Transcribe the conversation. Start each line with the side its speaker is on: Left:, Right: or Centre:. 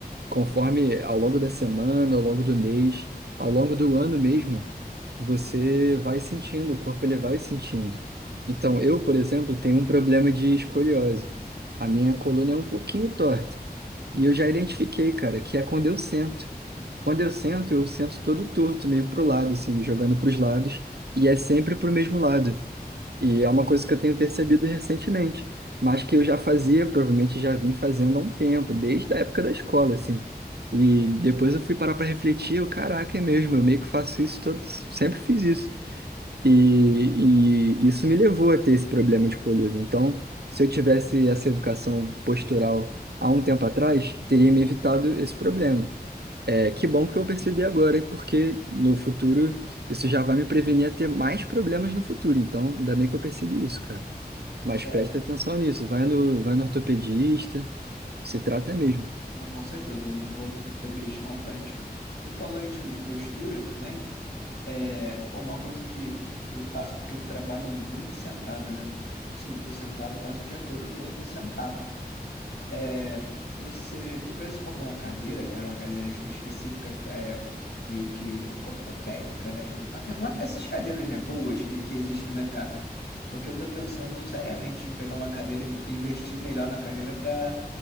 Right: conforme ao longo da semana, ao longo do mês, ao longo do ano mesmo, você vai sentindo, o corpo ele vai sentindo. Então, eu, por exemplo, tenho um problema de escoliose. A minha coluna é um pouquinho torta. E eu já identifiquei, cara, que é quando eu sento. Quando eu sento, eu sento todo torto, meio pro lado, assim, me jogando pros lados, e é sempre pro mesmo lado. E é uma coisa que eu tenho percebido recentemente, mas que eu já fazia, provavelmente já vim fazendo há um tempo, desde a época da escola, assim. E depois eu fui parar pra refletir, eu, caraca, é mesmo, eu meio que faço isso todo, sempre fiz isso. E, e isso me levou a ter esse problema de coluna. Então, se eu tivesse essa educação postural há um tempo atrás, teria me evitado esse problema. É, que bom que eu percebi agora, porque no futuro isso já vai me prevenir a ter mais problemas no futuro. Então, ainda bem que eu percebi isso, cara. Mas
Left: é
Right: presta atenção nisso. Vai no, vai no ortopedista, se trata mesmo.
Left: Não, com certeza, eu não- vou no PPI quanto antes. Tu falou aí, tipo, de postura também. É, pô, uma coisa que eu faço é porque eu trabalho muito sentado, né? Assim, eu tô sentado quase o dia todo, eu tô aqui sentado. É, você, tu pensa em comprar uma cadeira, cara, uma cadeira tipo, específica, é, meio que ortopédica, né? Tipo, uma, ca- uma- essas cadeiras, né, boas que, que existem no mercado. Porque eu tô pensando seriamente em pegar uma cadeira e investir melhor na cadeira para